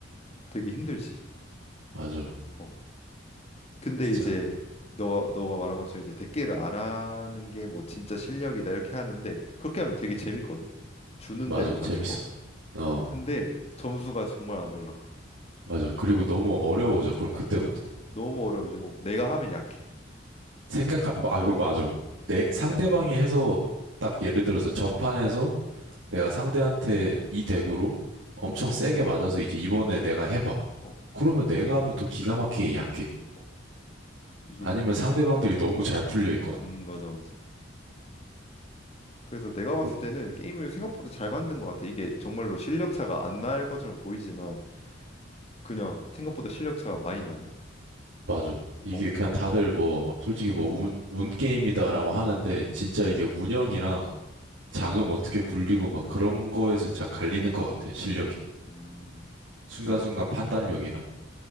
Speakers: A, on the left; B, on the right.
A: 되게 힘들지.
B: 맞아.
A: 어. 근데
B: 진짜.
A: 이제 너가 너가 말한 것처럼 이제 덱기를 안 하는 게 뭐 진짜 실력이다 이렇게 하는데 그렇게 하면 되게 재밌거든. 주는
B: 맞아.
A: 대로
B: 재밌어.
A: 가는 거.
B: 어.
A: 근데 점수가 정말 안 올라.
B: 맞아. 그리고
A: 어,
B: 너무 어려워져. 그럼 그때부터.
A: 맞아. 너무 어려워지고 내가 하면 약해.
B: 생각하, 아, 이거 맞아. 내, 상대방이 해서, 딱 예를 들어서 전판에서 내가 상대한테 이 덱으로 엄청 세게 맞아서 이제 이번에 내가 해봐.
A: 어.
B: 그러면 내가 하면 또 기가 막히게 약해.
A: 어. 이게
B: 아니면 상대방들이 너무 잘 풀려 있거나.
A: 음 맞아 맞아. 그래서 내가 봤을
B: 그럼,
A: 때는 게임을 생각보다 잘 만든 것 같아. 이게 정말로 실력 차가 안 날 것처럼 보이지만 그냥 생각보다 실력 차가 많이 나는.
B: 맞아. 이게
A: 어,
B: 그냥 다들 뭐, 솔직히 뭐, 운, 운 게임이다라고
A: 음,
B: 하는데, 진짜 이게 운영이랑 자금 어떻게 굴리고 막 그런 거에서 진짜 갈리는 것 같아, 실력이.
A: 음, 음. 음.
B: 순간순간
A: 그래-
B: 판단력이랑.